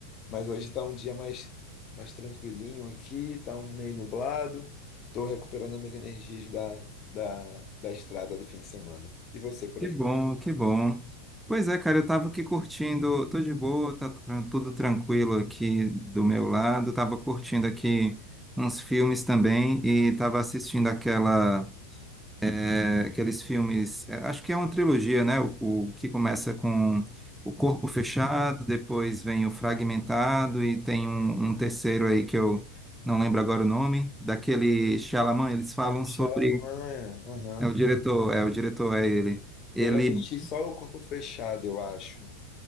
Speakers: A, on the left; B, in the centre.
A: Mas hoje está um dia mais, mais tranquilinho aqui, está um meio nublado. Estou recuperando as minhas energias da, da, da estrada do fim de semana. E você por
B: Que
A: aí?
B: bom, que bom. Pois é, cara, eu tava aqui curtindo, tô de boa, tá tran- tudo tranquilo aqui do meu lado. Tava curtindo aqui uns filmes também e tava assistindo aquela É, aqueles filmes, é, acho que é uma trilogia, né? O, o que começa com o corpo fechado, depois vem o fragmentado e tem um, um terceiro aí que eu não lembro agora o nome, daquele Shyamalan, eles falam
A: É Chalamanha.
B: sobre,
A: Aham.
B: é o diretor, é o diretor, é ele. Ele
A: Eu assisti só o Corpo Fechado, eu acho.